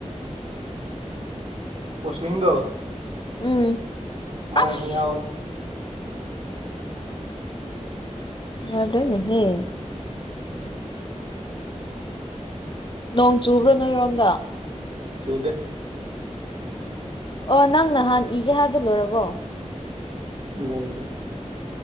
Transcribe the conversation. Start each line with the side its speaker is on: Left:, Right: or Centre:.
Right: ꯀꯣꯁꯂꯤꯡꯗꯣ
Left: ꯎꯝ
Right: ꯃꯥꯖꯨ
Left: ꯑꯁ
Right: ꯌꯥꯎꯋꯤ
Left: ꯌꯥꯗ꯭ꯔꯦꯅꯦꯍꯦ ꯅꯣꯡ ꯆꯨꯕ꯭ꯔꯣ ꯅꯣꯏꯔꯣꯝꯗ
Right: ꯆꯨꯗꯦ
Left: ꯑꯣ ꯅꯪ ꯅꯍꯥꯟ ꯏꯒꯦ ꯍꯥꯏꯕꯗꯨ ꯂꯣꯏꯔꯕꯣ
Right: ꯂꯣꯏꯗ꯭ꯔꯦ